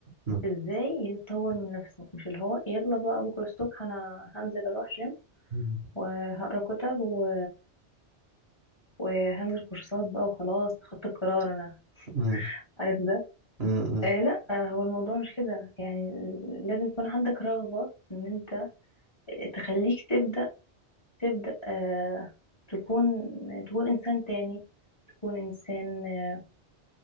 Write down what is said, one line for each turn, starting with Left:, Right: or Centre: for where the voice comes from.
Right: مم،
Left: ازاي يتطور من نفسه مش اللي هو يلا بقى بكرة الصبح انا هنزل اروح جيم
Right: مم،
Left: وهقرا كتب و... وهنزل كورسات بقى وخلاص خدت القرار انا
Right: مم،
Left: عارف ده
Right: مم،
Left: آه لا آه هو الموضوع مش كده يعني لازم يكون عندك رغبة ان انت تخليك تبدأ تبدأ آه تكون تكون انسان تاني تكون انسان آه